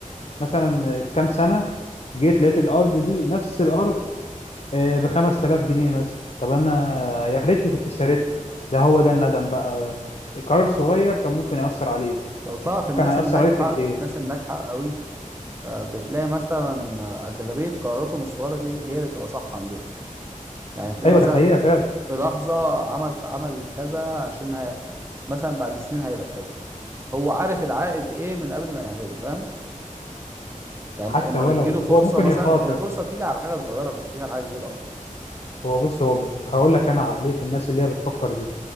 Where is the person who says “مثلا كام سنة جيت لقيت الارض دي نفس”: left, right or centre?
Left